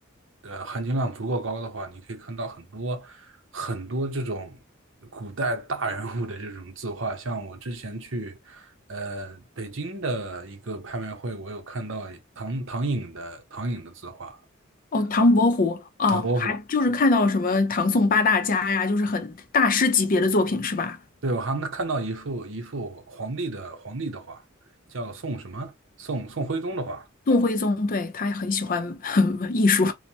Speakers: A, on the right (about 65°); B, on the left (about 40°).
A: 的含金量足够高的话，你可以看到很多很多这种古代大人物的这种字画。像我之前去呃北京的一个拍卖会，我有看到唐唐寅的唐寅的字画，
B: 哦，唐伯虎哦，
A: 唐伯虎。
B: 还就是看到什么唐宋八大家呀，就是很大师级别的作品是吧？
A: 对，我还能看到一幅一幅皇帝的皇帝的画，叫宋什么？宋宋徽宗的画。
B: 宋徽宗，对，他很喜欢 <laughs> 艺术，